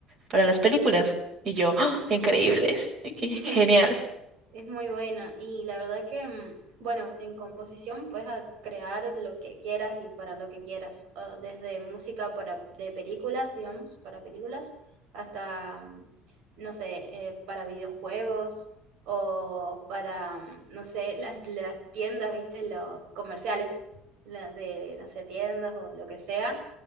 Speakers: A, on the right; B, on the right.
A: para las películas. Y yo,
B: para
A: ¡ah!
B: películas.
A: increíbles, qué, qué-
B: <laughs>
A: qué genial.
B: Es muy buena y la verdad que, mm, bueno, en composición puedes a- crear lo que quieras y para lo que quieras, o desde música para, de películas, digamos, para películas, hasta, mm, no sé, eh, para videojuegos o para, mm, no sé, <laughs> las, las tiendas, viste, los comerciales, la de, no sé, tiendas o lo que sea,